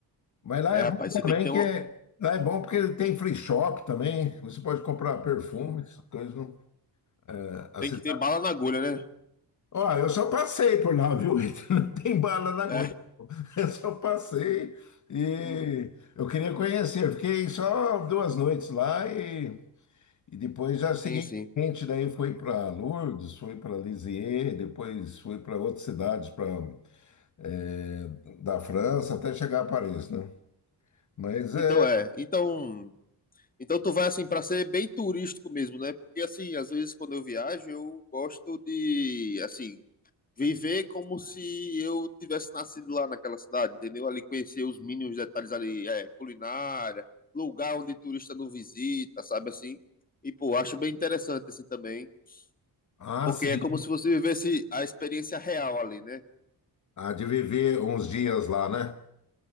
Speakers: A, on the left; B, on the left.
A: Mas lá
B: É,
A: é
B: rapaz,
A: bom
B: você
A: também
B: tem que ter
A: que
B: uma.
A: é- lá é bom porque tem free shop também. Você pode comprar perfumes,
B: Sim.
A: coisas não. É, A
B: Tem
A: cidade.
B: que ter bala na agulha, né?
A: Ó, eu só passei por lá, viu? <laughs> Ítalo? Não tem bala na agulha.
B: É,
A: Eu só passei e
B: hum,
A: eu queria conhecer. Eu Fiquei só duas noites lá e E depois, já seguinte,
B: sim, sim.
A: daí foi para Lourdes, foi para Lisieux, depois foi para outras cidades pra, é, da França, até chegar a Paris, né? Mas
B: Então
A: é.
B: é, então, então tu vai assim para ser bem turístico mesmo, né? Porque assim, às vezes quando eu viajo, eu gosto de assim, viver como se eu tivesse nascido lá naquela cidade, entendeu? Ali conhecer os mínimos detalhes ali, é, culinária, lugar onde turista não visita, sabe assim? E pô, acho bem interessante assim também,
A: Ah,
B: porque
A: sim.
B: é como se você vivesse a experiência real ali, né?
A: Há de viver uns dias lá, né?